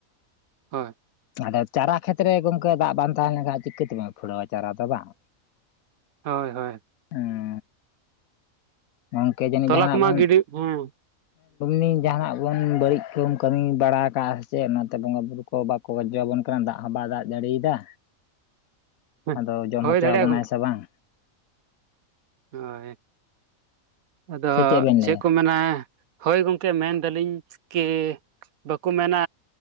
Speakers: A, on the right (about 85°); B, on the left (about 80°).
A: ᱦᱚᱭ
B: ᱟᱫᱚ ᱪᱟᱨᱟ ᱠᱷᱮᱛᱨᱮ ᱜᱚᱝᱠᱮ ᱫᱟᱜ ᱵᱟᱝ ᱛᱟᱦᱮᱸ ᱞᱮᱱᱠᱷᱟᱱ ᱪᱤᱠᱟᱹ ᱛᱮᱵᱮ ᱯᱷᱩᱲᱟᱹᱣᱟ ᱪᱟᱨᱟ ᱫᱚ ᱵᱟᱝ
A: ᱦᱚᱭ ᱦᱚᱭ
B: ᱦᱮᱸ ᱜᱚᱝᱠᱮ ᱡᱟᱹᱱᱤᱡ
A: ᱛᱚᱞᱟ
B: ᱡᱟᱦᱟᱱᱟᱜ
A: ᱠᱚᱢᱟ
B: ᱵᱚᱱ
A: ᱜᱤᱰᱤ ᱦᱮᱸ
B: ᱮᱢ ᱡᱟᱦᱟᱱᱟᱜ ᱠᱚᱵᱚᱱ ᱵᱟᱹᱲᱤᱡ ᱠᱚ ᱵᱚᱱ ᱠᱟᱹᱢᱤ ᱵᱟᱲᱟ ᱠᱟᱜ-ᱟ ᱥᱮ ᱪᱮᱫ ᱚᱱᱟᱛᱮ ᱵᱚᱸᱜᱟ ᱵᱩᱨᱩ ᱠᱚ ᱵᱟᱠᱚ ᱜᱟᱡᱡᱚ ᱟᱵᱚᱱ ᱫᱟᱜ ᱦᱚᱸ ᱵᱟᱭ ᱫᱟᱜ ᱡᱟᱹᱲᱤᱭᱮᱫᱟ
A: ᱦᱮᱸ
B: ᱟᱫᱚ ᱡᱚᱢ
A: ᱦᱳᱭ
B: ᱦᱚᱪᱚ
A: ᱫᱟᱲᱮᱭᱟᱜᱼᱟ
B: ᱟᱵᱚᱱᱟᱭ ᱥᱮ ᱵᱟᱝ?
A: ᱦᱚᱭ ᱟᱫᱚ
B: ᱥᱮ ᱵᱮᱱ
A: ᱪᱮᱫ
B: ᱞᱟᱹᱭᱟ
A: ᱠᱚ ᱢᱮᱱᱟ- ᱦᱚᱭ ᱜᱚᱢᱠᱮ ᱢᱮᱱ ᱫᱟᱞᱤᱧ ᱠᱤ ᱵᱟᱠᱚ ᱢᱮᱱᱟ